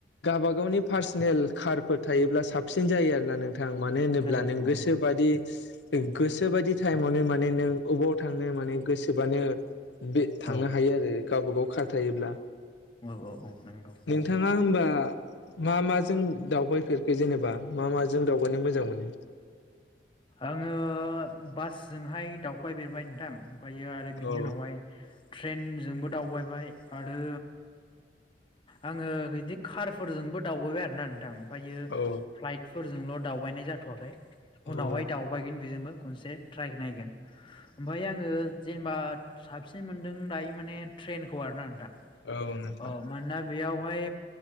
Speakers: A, on the left (about 75°); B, on the left (about 30°).
A: गाबा गाव गावनि पार्सनेल कारफोर थायोब्ला साबसिन जाय आरोना नों थां मानो होनोब्ला
B: औ
A: नों गोसोबायदि
B: नंगौ
A: गोसोबायदि टाइमावनो माने नों बबावयाव थांनो माने गोसोबानो बे थांनो
B: औ
A: हायो। आरो गावब गाव खार थायोब्ला
B: औ औ नंगौ नंगौ
A: नोंथाङा
B: नोंथां।
A: होमबा मा मा जों दावबायफोरखो? जेनेबा मा मा जों दावगानो मोजां मोनो?
B: आङो बासजोंहाय दावफायफेरबाय बेरबाय नोंथां। ओमफ्रायो आरो बिनि
A: औ
B: उनावहाय ट्रेनजोंबो दावबायबाय। आरो आङो बिदि कारफोरजोंबो दावबायबाय आरोना नोंथां? ओमफ्रायो
A: औ
B: फ्लाइटफोरजोंल' दावबायनाय जाथ'वाखै।
A: औ
B: उनावहाय दावबायगोन बेजोंबो खनसे ट्राइ नायगोन। ओमफ्राय आङो जेनेबा साबसिन मोनदों दायो माने ट्रेनखौ आरोना नोंथां।
A: औ नोंथां
B: अ मानोना बेयाव बेवहाय